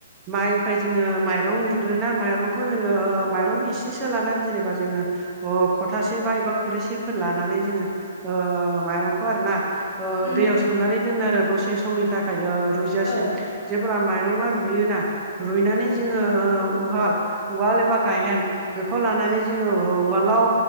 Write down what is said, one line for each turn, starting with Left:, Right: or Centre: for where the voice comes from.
Right: माइफाय जोङो माइरं दिरुनो माइरंखौ जोङो माइरं एसेसो लानानै जेनेबा जोङो <unintelligible> खथासे बा एबा खुरैसेफोर लानानै जोङो ओ माइरंखौ आरोना ओ
Left: उम
Right: दैयाव सो मनानै दोनो आरो दसे समनि थाखाय रुइजासिम
Left: औ
Right: जेब्ला माइरङा रुयोना रुइनानै
Left: औ
Right: जोङो ओ उहाल उवाल एबा गायेन बेखौ लानानै जोङो उवालाव